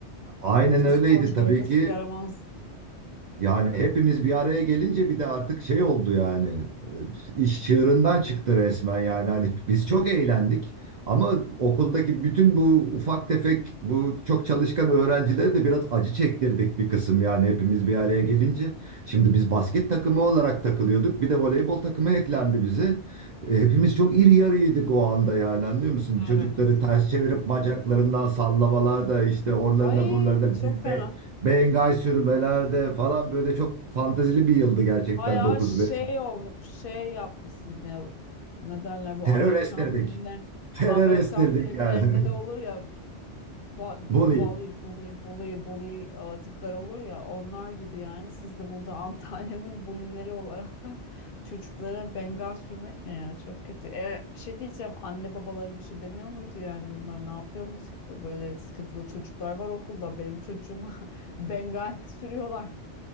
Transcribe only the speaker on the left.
Bütün
sporcular
nasıl
yaramaz?
Evet.
Ay
çok fena.
Bayağı
şey
olmuş, şey yapmışsın ya. Ne derler bu
Amerikan
filmler
Amerikan
filmlerinde
de olur ya ba ba-
balı bully bully bully e, tipler olur ya onlar gibi yani siz de burada <laughs> Antalya'nın bulileri olaraktan çocuklara bengal sürmek ne ya çok kötü. E, bir şey diyeceğim anne babaları bir şey demiyor muydu yani bunlar ne yapıyorsunuz? B- Böyle sıkıntılı çocuklar var okulda benim çocuğuma <laughs> bengal sürüyorlar.